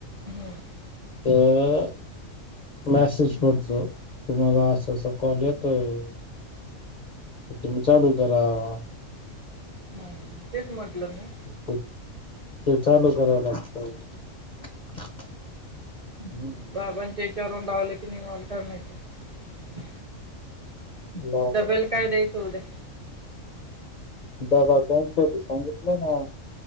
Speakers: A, on the right (about 35°); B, on the left (about 50°).
A: हम्मं...
B: तरं मेसेज पडतो तुम्हांला असं असं कॉल येतं- तोयं तरं तुम्हीं चालूं करां.
A: हम्म तेच म्हटलं मी-
B: तेही ठीक ते चालू करावला लागत. हम्....
A: बाबांच्या हिच्यावरून लावले की नाही वालात नाहीतर ते.
B: लावला
A: डबल
B: असता.
A: काय द्यायच होऊ दया-
B: दबाघांचे सांगितलं ना.